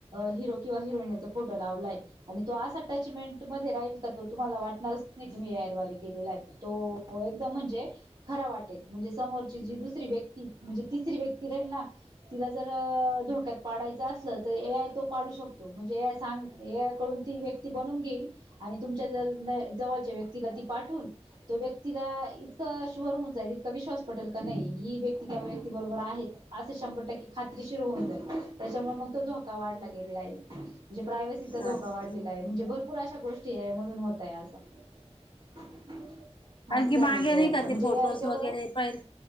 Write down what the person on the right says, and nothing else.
हिरो किंवा हिरोईनचा फोटो लावलाय. आणि तो आसा अटॅचमेंट मध्ये राहील का तो तुम्हाला वाटणारच नाही तुम मही याद्वारे केलेला आहे तो. हो एकदम म्हणजे खरा वाटेल म्हणजे समोरची जी दुसरी व्यक्ती, म्हणजे तिसरी व्यक्ती राहील ना, तिला जर धोक्यात पाडायचं असलं तर ए आय तो पाडू शकतो म्हणजे ए आय सांग ए य ती व्यक्ती बनवून घेईल आणि तुमच्या जर जवळच्या व्यक्तीला ती पाठवून तो व्यक्तीला. हा इकत शोहर होऊन जाईल इतका विश्वास पटेल की नाही ही व्यक्ती त्या व्यक्ती बरोबर आहे. शंभर टक्के खात्रीशीर होऊन जाईल त्याच्यामुळे मग तो धोका वाढ लागलेला आहे. म्हणे प्रायव्हसी.
धोका वाढलेला आहे म्हणे भर भरपूर अशा गोष्टी ए आय आहे म्हधून होतय असं. <unintelligible> असं
झालंय
यायचं
म्हणजे
ए आय तेवढं